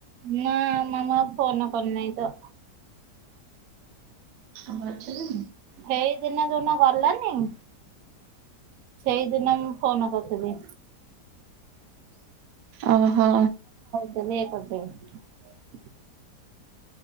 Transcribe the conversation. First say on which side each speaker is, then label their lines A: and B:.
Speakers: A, on the right (about 65°); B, on the right (about 80°).
A: ନା ମାମୁଁ ଆଉ ଫୋନ କରି ନାହିଁ ତ।
B: ଆଉ ମାଛ ଦେବି?
A: ହେଇଦିନ ଯୋଉଦିନ ଗଲାନି? ସେଇଦିନ ମ ଫୋନ କରିଥିଲି।
B: ଅ ହୋ।
A: <unintelligible>